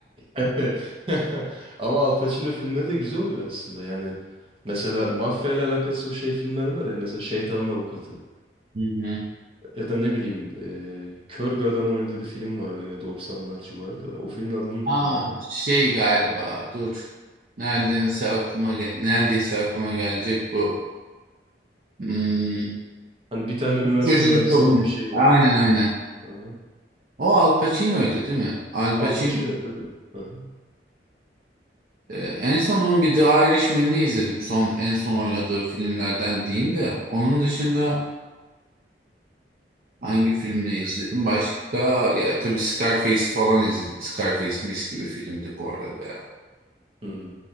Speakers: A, on the right; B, on the right.
A: Evet. <laughs> Ama Al Pacino filmleri de güzel oluyor aslında. Yani mesela mafya ile alakası o şey filmler var ya. Mesela Şeytanın Avukatı.
B: Hı hı.
A: Ya da ne bileyim eee, kör bir adam oynadığı bir film vardı yine 90'lar civarında. O filmin adını unuttum
B: Aa,
A: ben.
B: şey galiba dur. Neredeyse aklıma ge- neredeyse aklıma gelecek bu. Hmm.
A: Hani bir tane üniversite
B: Çocuğun
A: öğrencisi
B: sorunu.
A: gibi bir şey
B: Aynen
A: var.
B: aynen.
A: Aha.
B: O Al Pacino'ydu değil mi? Al Pacino.
A: Al Pacino tabii. Aha.
B: Ee, en son onun bir The Irishman'ini izledim. Son en son oynadığı filmlerden diyeyim de. Onun dışında Hangi filmini izledim? Başka ya tabii Scarface'i falan izledik. Scarface mis gibi filmdi bu arada ya.
A: Hmm.